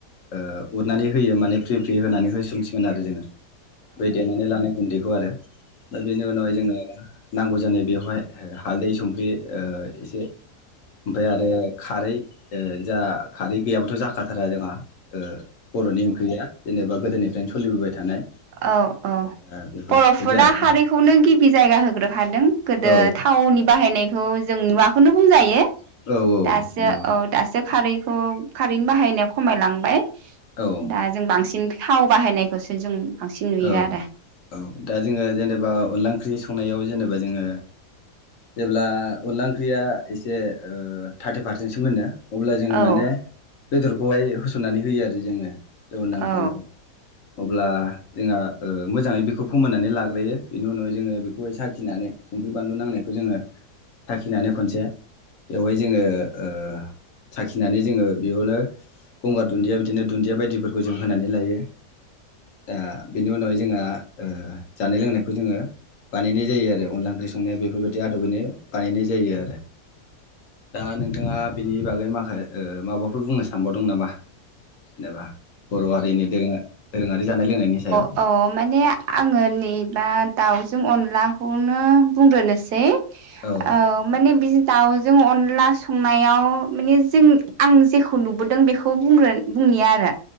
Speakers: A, on the left; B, on the right.
A: ओ उरनानै होयो माने फ्रि फ्रि होनानै होसोमसिगोन आरो जोङो बै देनानै लानाय गुन्दैखौ आरो दा बेनि उनावहाय जोङो नांगौ जानाय बेवहाय हालदै संख्रि ओ एसे ओमफ्राय आरो खारै ओ जा खारै गैयाब्लाथ' जाखाथारा जोंहा ओ बर'नि ओंख्रिया जेनेबा गोदोनि सोलिबोबाय थानाय
B: औ
A: अ
B: औ
A: दा बेफोरखौ
B: बर'फोरा
A: जायाखै
B: खारिखौनो गिबि जायगा होग्रो हादों गोदो
A: औ
B: थाावनि बाहायनायखौ जों नुवाखौनो बुंजायो
A: औ औ
B: दासो
A: नंगौ
B: औ दासो खारैखौ खारैनि बाहायनाया खमायलांबाय
A: औ
B: दा जों बांसिन थाव बाहायनाय लोगोसे जों बांसिन नुयो
A: औ
B: आरो
A: औ दा जोङो जेनेबा अनला ओंख्रि संनायाव जेनेबा जोङो जेब्ला अनला ओंख्रिया एसे ओ थार्टि पारसेन्टसो मोनो अब्ला जोङो
B: औ
A: माने बेदरखौहाय होसननानै होयो आरो जोङो अनला ओंख्रियावहाय
B: औ
A: अब्ला जोंहा ओ मोजाङै बेखौ फोमोननानै लाग्रोयो बेनि उनावाय जोङो बेखौहाय साखिनानै संख्रि बानलु नांनायखौ जोङो साखिनानै खनसे बेवहाय जोङो ओ साखिनानै जोङो बेयावनो गंगार दुन्दिया बिदिनो दुन्दिया बायदिफोरखौ जों होनानै लायो दा बेनि उनावहाय जोंहा ओ जानाय लोंनायखौ जोङो बानायनाय जायो आरो अनला ओंख्रि संनाया बेफोरबायदि आदबजोंनो बानायनाय जायो आरो दा नोंथाङा बिनि बागै माखा ओ माबा फोर बुंनो सानबावदों नामा जेनेबा बर' हारिनि दोङ दोरोङारि जानाय लोंनायनि सायाव
B: अ माने आङो नैबा दाउजों अनलाखौनो बुंग्रोनोसै ओ
A: औ
B: माने बिनो दाउ जों अनला संनायाव माने जों आं जेखौ नुबोदों बेखौ बुंग्रोन बुंनि आरो